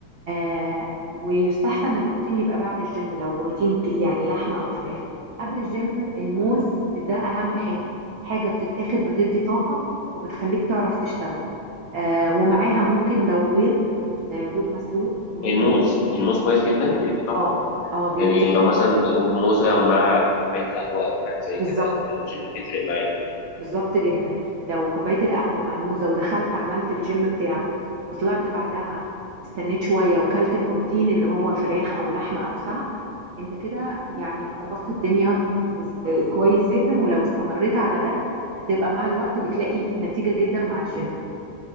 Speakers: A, on the right; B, on the left.
A: آه ويستحسن البروتين يبقى بعد الجيم لو بروتين ك- يعني لحمه او فراخ قبل الجيم الموز ده اهم حاجه حاجه بتتاخد بتدي طاقه وبتخليك تعرف تشتغل آه ومعاها ممكن لو بيض آه بيض مسلوق ممكن
B: الموز
A: طب-
B: الموز كويس جدا ويدي طاقه
A: اه اه بيدي
B: يعني لو
A: طاقه
B: مثلا موزه مع كوبايه قهوه او حاجه زي
A: بالظبط
B: كده قبل الجيم تفرق معايا
A: بالظبط جدا لو كوباية القهوة مع الموزة ودخلت عملت الجيم بتاعك وطلعت بعدها استنيت شوية وكلت البروتين اللي هو فراخ أو لحمة أو سمك انت كده يعني ظبطت الدنيا بز... آه، كويس جدا ولو استمريت على ده هتبقى مع الوقت بتلاقي نتيجة جدا مع الجيم